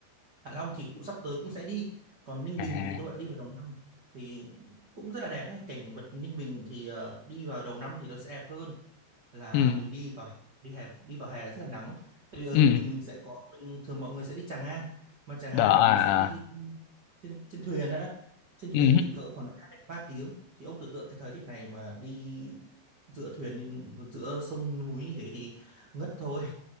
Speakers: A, on the right; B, on the left.
A: Hạ Long thì cũng sắp tới cũng sẽ đi còn Ninh
B: à
A: Bình
B: à.
A: thì tôi đã đi vào đầu năm thì cũng rất là đẹp ấy. cảnh vật Ninh Bình thì ờ, đi vào đầu năm thì nó sẽ đẹp hơn là
B: ừ
A: mình đi vào hè. đi hè đi vào hè rất là nắng tại vì ở
B: ừ
A: Ninh Bình mình sẽ có mình thường mọi người sẽ đi Tràng An mà Tràng
B: đó
A: An là
B: à,
A: mình sẽ
B: à.
A: đi trên trên thuyền á trên thuyền
B: Ừ.
A: thì cỡ khoảng độ hai ba tiếng thì ông tưởng tượng cái thời tiết này mà đi giữa thuyền giữa sông núi như thế thì ngất thôi